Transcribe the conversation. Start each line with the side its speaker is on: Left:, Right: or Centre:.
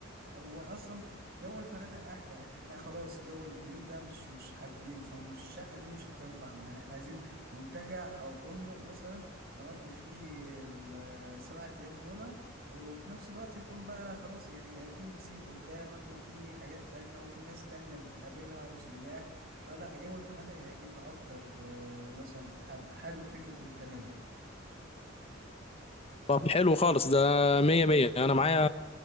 Right: واصلا جو الفنادق احلى يعني احنا خلاص جو البيوت ده مش مش حابينه فمش الشقة دي مش هتنفع معانا احنا عايزين منتجع او فندق مثلا نقضي فيه السبعة ايام دول وفي نفس الوقت يكون بقى خلاص يعني آه، في بسين قدامك وفي حاجات تانية وفي ناس تانية بتقابلها وسياح فلا جو الفنادق يعجبني اكتر آه، مثلا حاب- حابب فكرة الفنادق
Left: طب حلو خالص ده مية مية انا معايا